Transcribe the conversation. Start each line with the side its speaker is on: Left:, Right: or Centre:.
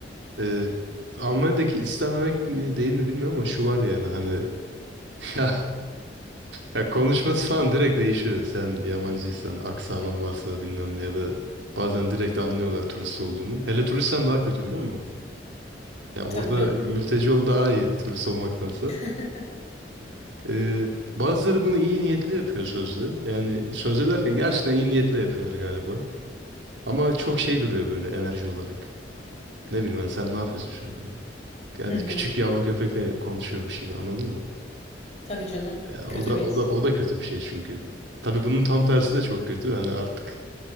Right: Ee, Almanya'daki istenmemek mi değil mi bilmiyorum ama şu var yani hani <laughs> ya, ya konuşması falan direkt değişiyor. Sen yabancıysan, aksanın varsa bilmem ne ya da bazen direkt anlıyorlar turist olduğunu. Hele turistsen daha kötü biliyor musun? Ya orada
Left: Tabii canım.
Right: mülteci ol daha iyi turist olmaktansa.
Left: <laughs>
Right: Ee, bazıları bunu iyi niyetli yapıyor sözde. Yani sözde derken gerçekten iyi niyetli yapıyorlar galiba. Ama çok şey duruyor böyle enerji olarak. Ne bileyim ben sen ne yapıyorsun şu an yani? Yani
Left: Hı hı.
Right: küçük yavru köpekle konuşuyormuş gibi anladın mı?
Left: Tabii canım.
Right: Ya o
Left: Kötü
Right: da
Left: bir
Right: o
Left: his.
Right: da o da kötü bir şey çünkü. Tabii bunun tam tersi de çok kötü. Yani artık